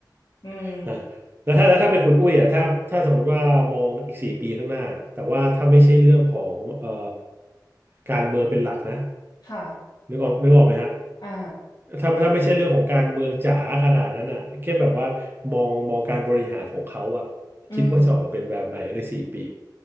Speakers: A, on the left; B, on the right.
A: อืม
B: <laughs> นะแล้วถ้าแล้วถ้าเป็นคุณอุ้ยอ่ะถ้าถ้าสมมติว่ามองอีกสี่ปีข้างหน้าแต่ว่าถ้าไม่ใช่เรื่องของเอ่อการเมืองเป็นหลักนะ
A: ค่ะ
B: นึกออกนึกออกไหมฮะ
A: อ่า
B: ถ้าถ้าไม่ใช่เรื่องของการเมืองจ๋าขนาดนั้นอ่ะแค่แบบว่ามองมองการบริหารของเขาอ่ะ
A: อืม
B: คิดว่าจะออกมาเป็นแบบไหนในสี่ปี